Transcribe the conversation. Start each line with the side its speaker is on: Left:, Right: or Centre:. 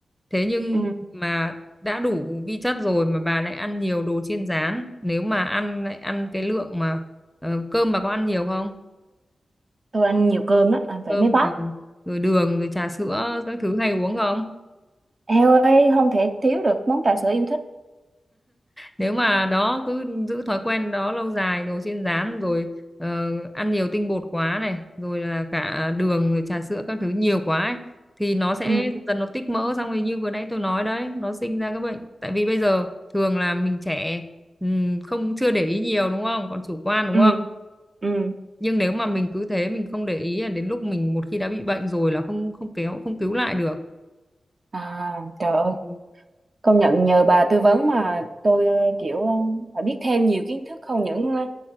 Centre: Thế nhưng
Right: ừ.
Centre: mà đã đủ vi chất rồi mà bà lại ăn nhiều đồ chiên rán nếu mà ăn lại ăn cái lượng mà ờ, cơm bà có ăn nhiều không
Right: tôi ăn nhiều cơm lắm ăn phải
Centre: cơm
Right: mấy bát
Centre: rồi rồi đường rồi trà sữa các thứ hay uống không
Right: eo ơi không thể thiếu được món trà sữa yêu thích
Centre: nếu mà đó cứ giữ thói quen đó lâu dài đồ chiên rán rồi ờ, ăn nhiều tinh bột quá này rồi là cả đường rồi trà sữa các thứ nhiều quá ấy, thì nó sẽ
Right: ừ,
Centre: dần dần nó tích mỡ xong rồi như vừa nãy tôi nói đấy nó sinh ra các bệnh tại vì bây giờ thường là mình trẻ ừm, không chưa để ý nhiều đúng không còn chủ quan đúng
Right: ừ,
Centre: không
Right: ừ.
Centre: nhưng nếu mà mình cứ thế mình không để ý là đến lúc mình một khi đã bị bệnh rồi là không không kéo không cứu lại được
Right: à trời ơi
Centre: Ừ.
Right: công nhận nhờ bà tư vấn mà tôi ờ, kiểu ờ, phải biết thêm nhiều kiến thức không những ờ,